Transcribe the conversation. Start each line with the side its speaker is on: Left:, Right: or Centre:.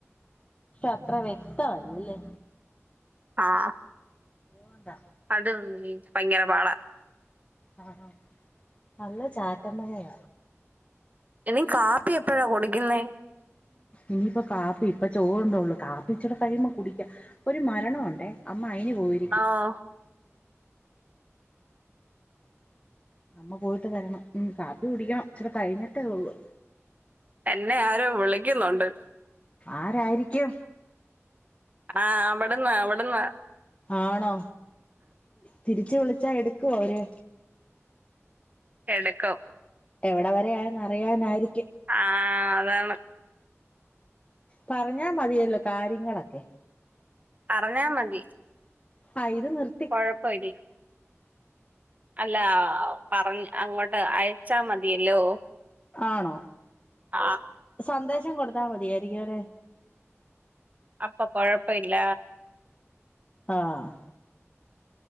Left: അത്ര വ്യക്തല്ലല്ലേ
Right: ആഹ്
Left: ഉണ്ട
Right: അത് ഭയങ്കര പാട
Left: ആഹ് ആഹ് നല്ല ചാറ്റമ്മഴയ
Right: ഇനിം കാപ്പി എപ്പഴാ കുടിക്കുന്നേ
Left: ഇനിപ്പ കാപ്പി പ്പ ചോറ്ണ്ടെള്ളൂ കാപ്പി ഇച്ചൂട കഴിയുമ്പോ കുടിക്ക ഒരു മരണ ഉണ്ടേ അമ്മ അയിന് പോയി
Right: ആഹ്
Left: അമ്മ പോയ്ട്ട് വരണം മ് കാപ്പി കുടിക്കണം ച്ചിരി കഴിഞ്ഞിട്ടേ ഉള്ളൂ
Right: എന്നെ ആരോ വിളിക്കുന്നുണ്ട്
Left: ആരായ്രിക്കും
Right: ആഹ് അവ്ട്ന്ന അവ്ട്ന്ന
Left: ആണോ തിരിച്ച് വിളിച്ചാ എടുക്കോ അവര്
Right: എട്ക്കും
Left: എവിടെ വര ആയെന്ന് അറിയാനായിരിക്കും
Right: ആഹ് അതാണ്
Left: പറഞ്ഞാ മതിയല്ലോ കാര്യങ്ങളൊക്കെ
Right: അറഞ്ഞാൽ മതി
Left: അയില് നിർ
Right: കുഴപ്പ ഇല്ല അല്ല പറഞ് അങ്ങോട്ട് അയച്ചാ മതിയല്ലോ
Left: ആണോ
Right: ആഹ്
Left: സന്ദേശം കൊടുത്താൽ മതിയായിരിക്കും അല്ലേ
Right: അപ്പൊ കുഴപ്പ ഇല്ല
Left: ആഹ്